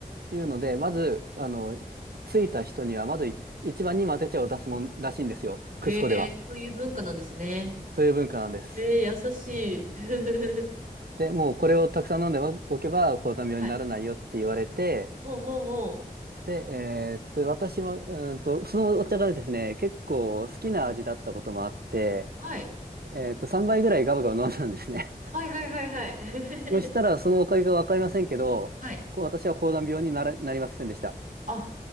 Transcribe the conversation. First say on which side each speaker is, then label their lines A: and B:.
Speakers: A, on the right; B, on the right.
A: いうので、まず、あの、着いた人には、まずい一番にマテ茶を出すもんらしいんですよ。クスコでは。
B: へえ、そういう文化なんですね。
A: そういう文化なんです。
B: へえ、優しい。<laughs>
A: で、もうこれをたくさん飲んでおけば、高山病にならないよって言われて、
B: はい。<laughs> ほうほうほう。
A: で、えーっと、私は、うーんと、そのお茶がですね、結構好きな味だったこともあって、
B: はい。
A: えーっと、3杯ぐらいガブガブ飲んだんですね。
B: はいはいはいは
A: <laughs> そしたら、
B: い。
A: そのおかげがわかりませんけど、
B: <laughs> はい
A: こう私は高山病になら、なりませんでした。
B: あ、